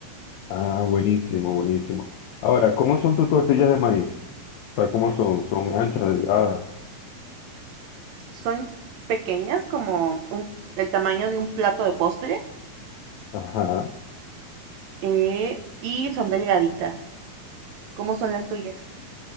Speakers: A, on the left; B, on the right.
A: Ah, buenísimo, buenísimo. Ahora, ¿cómo son tus tortillas de maíz? O sea, ¿cómo son? ¿Son anchas, delgadas?
B: Son pequeñas, como un- el tamaño de un plato de postre,
A: Ajá.
B: eh, y son delgaditas. ¿Cómo son las tuyas?